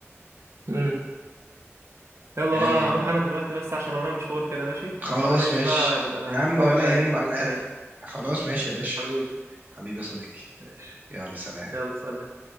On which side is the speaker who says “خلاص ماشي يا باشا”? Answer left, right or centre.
Right